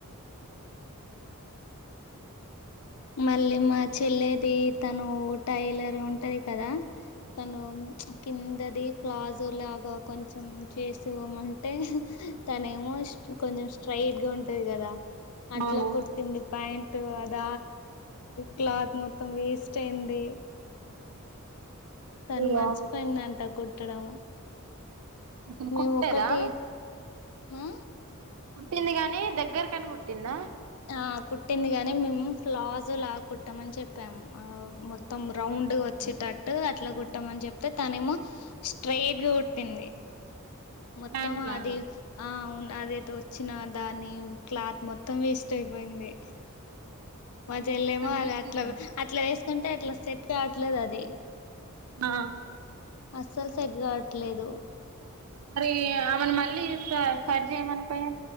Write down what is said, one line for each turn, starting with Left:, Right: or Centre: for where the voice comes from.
Left: మళ్ళీ మా చెల్లది తను టైలర్ ఉంటది కదా తను కిందది ప్లాజ్ అలాగా కొంచం చేసేవ అంటే తనే ఏమో కొంచెం స్ట్రైట్ గా ఉంటది కదా అట్లా
Right: అవును
Left: కుటింది ప్యాయింట్ అద క్లాత్ మొత్తం వేస్ట్ అయింది తను
Right: ఇగ
Left: మర్చిపోయిందంట కుట్టడం
Right: అసలు
Left: మేము
Right: కుట్టలేదా
Left: ఒకటి ఆ
Right: కుుట్టింది గాని దగ్గరకని కుుట్టింద
Left: ఆ కుట్టింది గాని మేము ఫ్లాజో లాగా కుట్టమని చెప్పాము ఆ మొత్తం రౌండ్ వచ్చేటట్టు అట్లా కుట్టమని చెప్తే తనేమో స్ట్రయిట్ గా కుట్టింది మొత్తం
Right: ప్యాంట్ లాగా
Left: అది ఆవును అదైతే వచ్చినా దాని క్లాత్ మొత్తం వేస్ట్ అయిపోయింది మా చెల్లేమో
Right: కట్
Left: అల
Right: చేసేసిందా
Left: అట్ల అట్లా వేస్ ఎట్లంటే అట్లా సెట్ కావట్లేదు అది
Right: ఆ
Left: అస్సలు సెట్ కావట్లేదు
Right: మరి ఆమెను మళ్ళీ సరి సరిచేయమని పోయావ